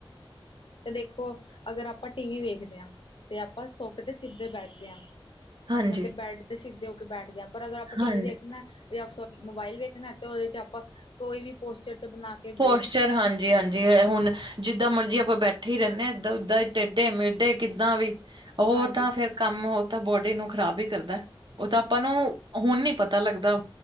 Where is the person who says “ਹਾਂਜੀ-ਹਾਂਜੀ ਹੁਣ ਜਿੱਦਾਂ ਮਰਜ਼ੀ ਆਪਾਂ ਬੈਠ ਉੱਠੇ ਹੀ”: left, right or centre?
Right